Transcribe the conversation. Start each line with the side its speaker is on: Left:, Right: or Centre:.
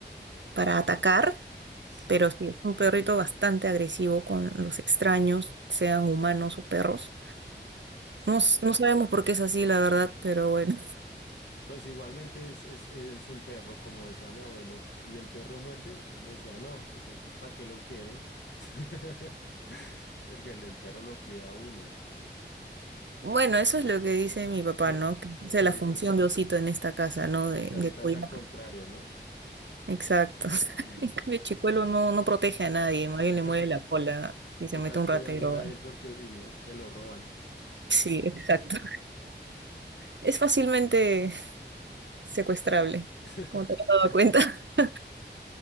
Right: para atacar,
Left: Sí,
Right: pero sí es un perrito bastante agresivo con los extraños, sean humanos o perros.
Left: Está
Right: No, s-
Left: bien.
Right: no sabemos por qué es así, la verdad, pero bueno.
Left: Pues igualmente es, es, es un perro, como decía mi abuelo. ¿Y el perro muerde? Y yo le decía, no. Decía, entonces, ¿para qué lo quiere? <laughs> Porque el, el perro lo cuida a uno.
Right: Bueno, eso es lo que dice mi papá,
Left: Au-
Right: ¿no? Que
Left: Aunque
Right: esa es
Left: ahorita,
Right: la función de osito en esta casa, ¿no?
Left: aunque
Right: De,
Left: ahorita
Right: de cuidar.
Left: es al contrario, ¿no?
Right: Exacto. <laughs>
Left: Mm.
Right: En cambio, Chicuelo no, no protege a nadie, más
Left: <laughs>
Right: bien le mueve la cola y se
Left: Toca
Right: mete
Left: es
Right: un
Left: cuidarlo
Right: ratero.
Left: a
Right: ¿va?
Left: él porque o si no, se lo roban.
Right: Sí, exacto. Es fácilmente secuestrable,
Left: <laughs>
Right: como te has dado cuenta. <laughs>